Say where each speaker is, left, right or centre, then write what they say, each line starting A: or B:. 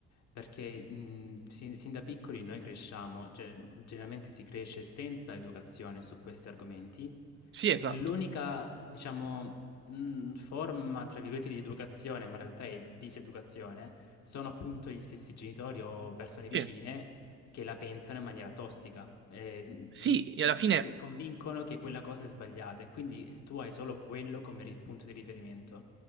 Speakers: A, on the left; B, on the right.
A: perché mm, sin, sin da piccoli noi cresciamo, cioè, generalmente si cresce senza educazione su questi argomenti
B: sì, esatto.
A: È l'unica, diciamo, mh, forma, tra virgolette, di educazione, ma in realtà è diseducazione, sono appunto gli stessi genitori o persone vicine
B: Sì,
A: che la pensano in maniera tossica, eh,
B: sì,
A: ti,
B: e alla fine.
A: ti co- convincono che quella cosa è sbagliata e quindi tu hai solo quello come ri- punto di riferimento.